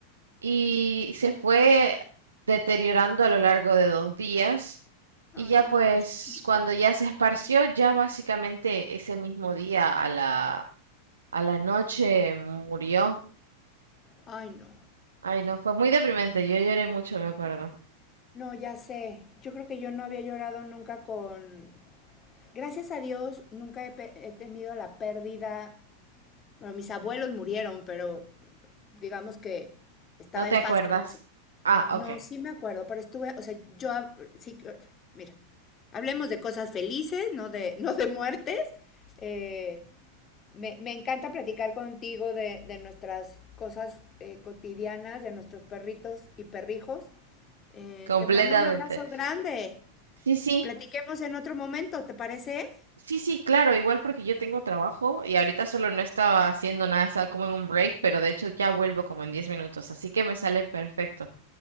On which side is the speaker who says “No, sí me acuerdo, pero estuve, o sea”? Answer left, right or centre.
Left